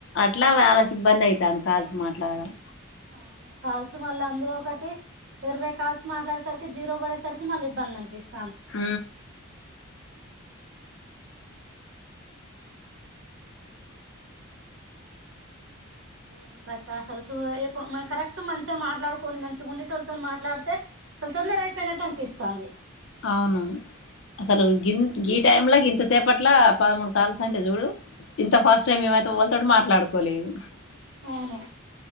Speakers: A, on the left; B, on the right.
A: అట్లా
B: ఆ
A: వాళ్ళకి ఇబ్బంది ఐతంది కాల్స్ మాట్లాడడం
B: అవును కాల్స్ మళ్ళ అందులో ఒకటి ఇరవై కాల్స్ మాట్లాడేసరికి జీరో పడేసరికి మళ్ళీ ఇబ్బంది అనిపిస్తుంది
A: ఊ
B: ఏ ఉందక్క అసలు చూ ఎప్పుడు మ కరెక్ట్ మంచిగా మా మాట్లాడుకొని మంచి గుండెటోళ్ళతో మాట్లాడితే మల్ తొందర అయిపోయినట్టు అనిపిస్తది
A: అవును అసలు గిం గీ టైమ్ ల గింత ఇంతసేపట్ల పదమూడు కాల్స్ అంటే చూడు ఇంత ఫాస్ట్ గా మేమైతే ఎవల్ తోటి మాట్లాడుకోలేదు
B: అవును